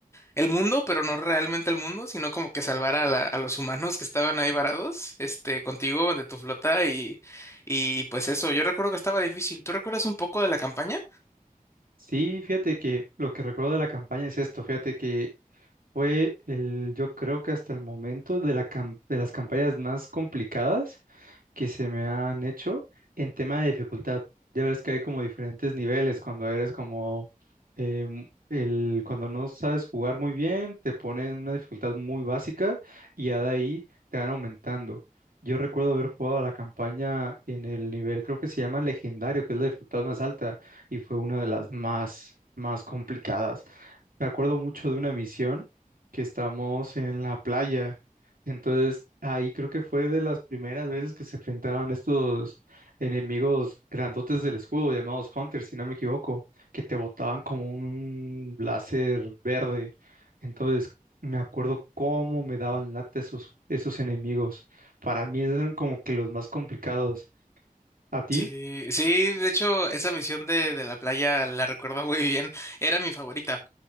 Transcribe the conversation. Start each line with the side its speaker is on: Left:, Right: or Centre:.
Left: el mundo, pero no realmente el mundo, sino como que salvar a, la- a los humanos que estaban ahí varados, este, contigo, de tu flota y, y pues eso, yo recuerdo que estaba difícil. ¿Tú recuerdas un poco de la campaña?
Right: Sí, fíjate que lo que recuerdo de la campaña es esto, fíjate que fue el, yo creo que hasta el momento de la cam- de las campañas más complicadas que se me han hecho en tema de dificultad. Ya ves que hay como diferentes niveles cuando eres como eh, mu- el cuando no sabes jugar muy bien, te ponen una dificultad muy básica y ya de ahí te van aumentando. Yo recuerdo haber jugado a la campaña en el nivel, creo que se llama legendario, que es la dificultad más alta y fue una de las más más complicadas. Me acuerdo mucho de una misión que estamos en la playa entonces, ahí creo que fue de las primeras veces que se enfrentaron estos enemigos grandotes del escudo, llamados Hunters, si no me equivoco, que te botaban como un láser verde. Entonces, me acuerdo cómo me daban lata esos, esos enemigos. Para mí, esos eran como que los más complicados. ¿A ti?
Left: Sí, sí, de hecho, esa misión de, de la playa la recuerdo muy bien, era mi favorita.